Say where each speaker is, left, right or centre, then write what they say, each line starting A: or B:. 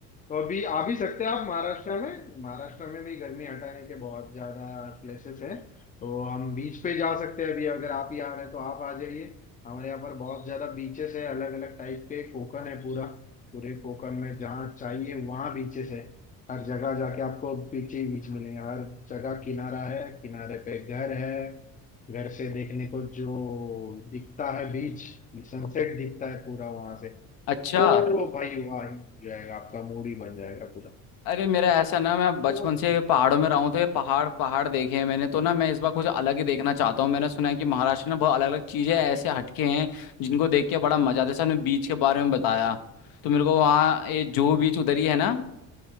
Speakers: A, on the left; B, on the left.
A: तो अभी आ भी सकते हैं आप महाराष्ट्र में महाराष्ट्र में भी गर्मी हटाने के बहुत ज्यादा प्लेसेस हैं तो हम बीच पे जा सकते हैं अभी अगर आप ही आ रहे हैं तो आप आ जाइए हमारे यहाँ पर बहुत ज्यादा बीचेस है अलग अलग टाइप के कोकण है पूरा पूरे कोकण में जहाँ चाहिए वहाँ बीचेस है हर जगह जाके आपको बीच ही बीच मिलेंगे हर जगह किनारा है किनारे पे घर है घर से देखने को जो दिखता है बीच सनसेट दिखता है पूरा वहां से
B: अच्छा
A: तो भाई वाह ही हो जाएगा आपका मूड ही बन जाएगा पूरा
B: अरे मेरा ऐसा ना मैं बचपन
A: तो
B: से पहाड़ों में रहा हूँ तो ये पहाड़ पहाड़ देखे हैं मैंने तो ना मैं इस बार कुछ अलग ही देखना चाहता हूँ मैंने सुना है कि महाराष्ट्र में बहुत अलग अलग चीजें ऐसे हटके हैं जिनको देख के बड़ा मजा आता है जैसे आपने बीच के बारे में बताया तो मेरे को वहाँ ये जो बीच उधर ही है ना